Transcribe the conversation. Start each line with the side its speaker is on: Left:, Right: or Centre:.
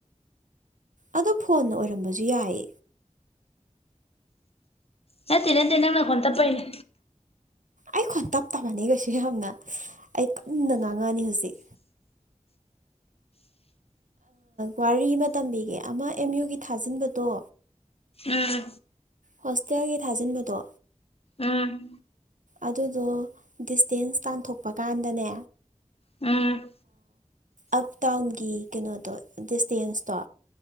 Right: ꯑꯗꯣ ꯐꯣꯟꯅ ꯑꯣꯏꯔꯝꯕꯁꯨ ꯌꯥꯏ
Left: ꯅꯠꯇ‌ꯦ ꯅꯠꯇꯦ ꯅꯪ ꯅꯈꫭꯟ ꯇꯞꯄꯩꯅꯤ
Right: ꯑꯩꯈꯣꯟ ꯇꯞꯇꯕꯅꯤ ꯀꯩꯁꯨ ꯌꯥꯝꯅ ꯑꯩ ꯀꯟꯅ ꯉꯥꯡꯉꯛꯅꯤ ꯍꯧꯖꯤꯛ ꯋꯥꯔꯤ ꯑꯃ ꯇꯝꯕꯤꯒꯦ ꯑꯃ ꯑꯦꯝ ꯌꯨꯒꯤ ꯊꯥꯖꯤꯟꯕꯗꯣ
Left: ꯎꯝ
Right: ꯍꯣꯁꯇꯦꯜꯒꯤ ꯊꯥꯖꯤꯟꯕꯗꯣ
Left: ꯎꯝ
Right: ꯑꯗꯨꯗꯣ ꯗꯤꯁꯇꯦꯟꯁ ꯇꯥꯟꯊꯣꯛꯄ ꯀꯥꯟꯗꯅꯦ
Left: ꯎꯝ
Right: ꯑꯞ ꯗꯥꯎꯟꯒꯤ ꯀꯩꯅꯣꯗꯣ ꯗꯤꯁꯇꯦꯟꯁꯇꯣ